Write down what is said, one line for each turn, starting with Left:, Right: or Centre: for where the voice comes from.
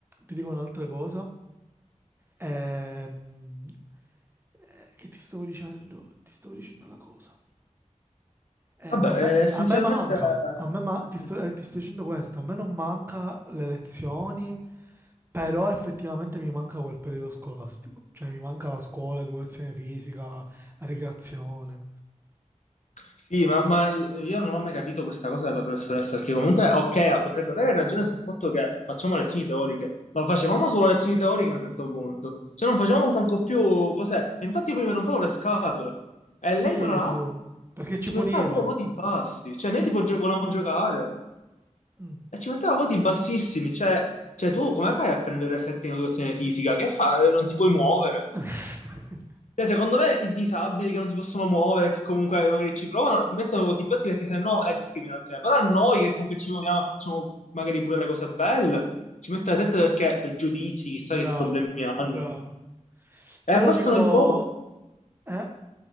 Right: ti dico un'altra cosa, ehm, eh, che ti stavo dicendo? Ti stavo dicendo una cosa. Eh,
Left: vabbè,
Right: a me,
Left: eh, essenzialmente...
Right: a me manca, a me ma- ti sto,
Left: mm.
Right: eh, ti sto dicendo questo, a me non manca le lezioni, però effettivamente mi manca quel periodo scolastico, cioè mi manca la scuola, educazione fisica, ricreazione.
Left: Sì, ma, ma io non ho mai capito questa cosa della professoressa, perché comunque, ok, potrebbe avere ragione sul fatto che facciamo lezioni teoriche, ma facevamo solo lezioni teoriche a un certo punto, cioè non facevamo manco più cos'è. E infatti io poi mi rompevo le scatole. E
Right: Sì,
Left: lei, tra l'altro,
Right: sì, perché ci
Left: ci
Right: puniva.
Left: metteva pure voti bassi, cioè
Right: Sì.
Left: noi tipo gio- volevamo giocare
Right: mm.
Left: e ci metteva voti bassissimi, cioè, cioè tu come fai a prendere sette in educazione fisica? Che fai? Non ti puoi muovere.
Right: <laughs>
Left: Cioè, secondo me i disabili che non si possono muovere, che comunque magari ci provano, li mettono contro i piatti perché sennò è discriminazione. Però a noi che comunque ci muoviamo e facciamo magari pure le cose belle, ci mettono sette perché pregiudizi, chissà
Right: Bravo,
Left: che problemi hanno.
Right: bravo.
Left: E
Right: Però
Left: abbassano
Right: dico,
Left: il voto,
Right: eh?